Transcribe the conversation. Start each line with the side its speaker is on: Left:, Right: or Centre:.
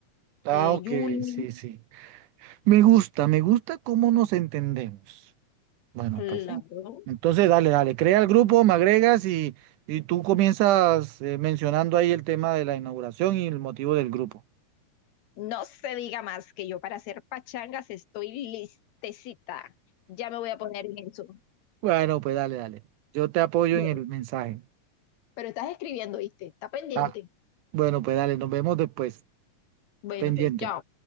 Right: ah,
Left: eh,
Right: ok,
Left: Julie.
Right: sí, sí. Me gusta, me gusta cómo nos entendemos. Bueno,
Left: Claro.
Right: pues. sí. Entonces, dale, dale, crea el grupo, me agregas y, y tú comienzas eh, mencionando ahí el tema de la inauguración y el motivo del grupo.
Left: No se diga más que yo para hacer pachangas estoy listecita. Ya me voy a poner en eso.
Right: Bueno, pues dale, dale. Yo te apoyo
Left: Bueno,
Right: en el mensaje.
Left: pero estás escribiendo, ¿viste? Está pendiente.
Right: Ah, bueno, pues dale, nos vemos después.
Left: Bueno,
Right: Pendiente.
Left: pues chao.